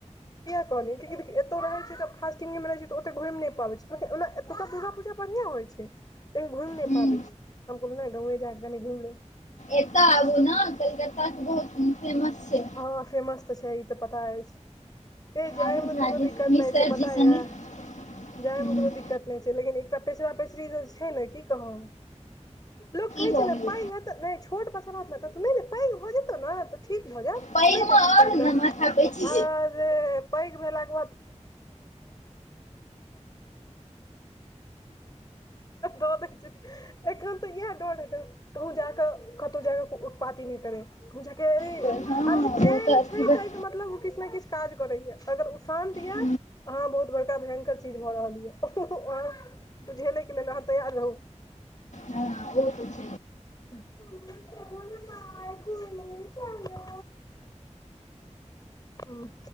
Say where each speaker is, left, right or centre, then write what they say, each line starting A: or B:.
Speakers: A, on the left; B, on the left.
A: कहलिय क एत रहै छै ज फास्टिंगमे मे रहै छै त ओत घुमि नहि पाबै छी ओना एत त दुर्गा पूजा बढ़िया हो छै लेकिन घुमि नहि
B: हूँ
A: पाबै छी हम कली नहि गाँउवे जाक कनि घुमि लेब
B: एत आबु न कलकत्ता के बहुत फेमस छै
A: हँ फेमस त छै ई त पता अछि ह जाय
B: आबू
A: में
B: झा
A: कोनो
B: जी
A: दिक्कत
B: मिसर
A: नहि छै पता
B: जी संगे
A: य जाय
B: की
A: में कोनो दिक्कत नहि लेकिन एकटा पेचरा पेचरी जे छै ने की कहौ लोक कहै
B: भऽ
A: छै ने
B: गेलै
A: पै हेत नहि छोट बछा होत त पैघ भ जेतौ ने त ठीक भजैत
B: पैघमे
A: नहि बेसी
B: आओर
A: पैन करु
B: ने माथा पैची
A: आर पैग भेला <unintelligible> डर दै एखन त इएह डर होइ छै कहूँ जाक कतहु जाक उतपाती नहि करे झ अरे
B: हँ
A: चैन
B: ओ तऽ अथी
A: छै त इ क मतलब किछु ने किछु काज करैय अगर उ शान्त यै
B: ओ
A: अहाँ बहुत बड़का भयंकर चीज भ रहल य वहाँ त झेले के लेल अहाँ तैयार रहू
B: हँ ओ त
A: मम्मी चलो न बाहर घुमने चलो ह्म